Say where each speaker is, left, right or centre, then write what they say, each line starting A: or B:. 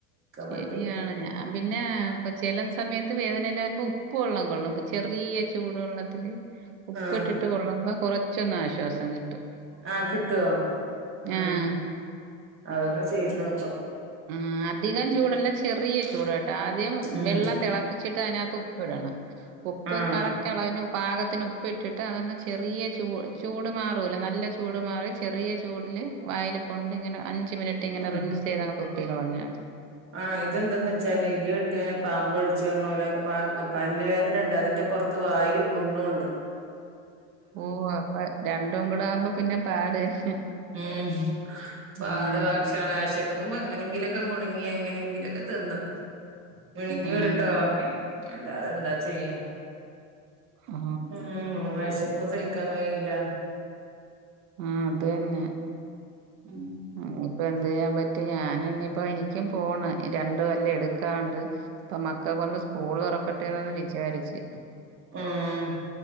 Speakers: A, on the right; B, on the right.
A: ശരിയാണ്
B: പറ്റായിട്ട്
A: ഞാൻ പിന്നെ അപ്പ ചെല സമയത്ത് വേദന ഇല്ലാത വരുമ്പോ ഉപ്പ് വെള്ളം കൊള്ളും ചെറിയ ചൂടു വെള്ളത്തില് ഉപ്പ്
B: ആഹ്
A: ഇട്ടിട്ട് കൊള്ളുമ്പം കൊറച്ചൊന്ന് ആശ്വാസം കിട്ടും.
B: ആഹ് കിട്ടുവോ? ആഹ്
A: ആ.
B: അതൊന്ന് ചെയ്തോക്കാം
A: ഉം അധികം ചൂടല്ല ചെറിയ ചൂട് കേട്ടോ ആദ്യം
B: ഉം
A: വെള്ളം തിളപ്പിച്ചിട്ട് അതിനകത്ത് ഉപ്പ് ഇടണം ഉപ്പ്
B: ആഹ്
A: കറക്റ്റ് അളവിന് പാകത്തിന് ഉപ്പ് ഇട്ടിട്ട് അതൊന്ന് ചെറിയ ചൂ ചൂട് മാറുവല്ലേ? നല്ല ചൂട് മാറി ചെറിയ ചൂടില് വായില് കൊണ്ട് ഇങ്ങനെ അഞ്ച് മിനിറ്റ് ഇങ്ങനെ
B: ഉം
A: റിൻസ് ചെയ്തങ്ങ് തുപ്പി കളഞ്ഞാ മതി
B: ആഹ് ഇത് എന്തന്ന് വെച്ചാല് ഇടി വെട്ടിയവനെ പാമ്പ് കടിച്ച് പറഞ്ഞ പോലെ പല്ല് വേദനണ്ട് അതിന്റെ പുറ ത്ത് വായില് പുണ്ണുംണ്ട്
A: ഓഹ് അപ്പൊ രണ്ടും കൂടെ ആകുമ്പോ പിന്നെ പാട് തന്നെ
B: ഉം പാടു
A: ഉം,
B: വെ ഭക്ഷണം വെശക്കുമ്പോ എങ്ങനെങ്കിലൊക്കെ മുൾങ്ങി എങ്ങനെങ്കിലൊക്കെ തിന്നും മുണുങ്ങി
A: ഉം, ഉം.
B: വിടട്ടോ അല്ലാതെന്താ ചെയ്യാ
A: ആ
B: ഉ വെശപ്പും സഹിക്കാൻ കഴിയീല്ല
A: ഉം അത് തന്നെ
B: ഉം
A: ഇനി ഇപ്പ എന്ത്‌ ചെയ്യാൻ പറ്റും ഞാൻ ഇനിയിപ്പോ എനിക്കും പോണം ഈ രണ്ട് പല്ല് എടുക്കാനുണ്ട് ഇപ്പൊ മക്കക്ക്‌ ഒന്ന് സ്കൂൾ തൊറക്കട്ടെന്ന് ഒന്ന് വിചാരിച്ച്
B: ആഹ്